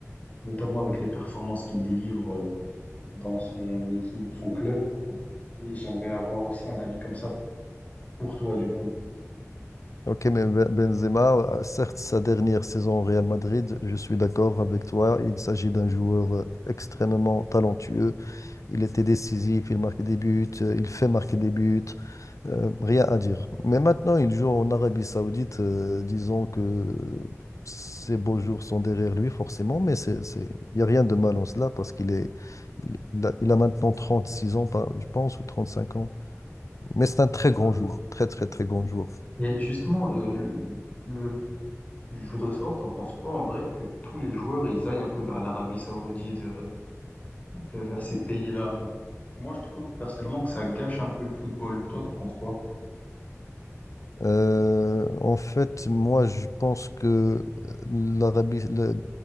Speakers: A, on the left; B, on the left.
A: notamment avec les performances qu'il délivre euh, dans son équipe, son club. Et j'aimerais avoir aussi un avis comme ça pour toi, du coup.
B: Ok, mais Ben- Benzema, euh, certes, sa dernière saison au Real Madrid, je suis d'accord avec toi. Il s'agit d'un joueur euh, extrêmement talentueux. Il était décisif, il marquait des buts, euh, il fait marquer des buts. Euh, rien à dire. Mais maintenant, il joue en Arabie Saoudite, euh, disons que ses beaux jours sont derrière lui, forcément, mais c'est, c'est... il n'y a rien de mal en cela parce qu'il est... il il a, il a maintenant 36 ans, par- je pense, ou 35 ans. Mais c'est un très grand
A: Euh,
B: joueur, très, très, très grand joueur.
A: et justement, euh, le, le- je voudrais savoir, t'en penses quoi en vrai que tous les joueurs ils aillent un peu vers l'Arabie Saoudite, vers vers ces pays-là. Donc, moi, je trouve personnellement que ça gâche un peu le football. Toi, t'en penses quoi?
B: Euh, en fait, moi, je pense que euh, l'Arabie, le,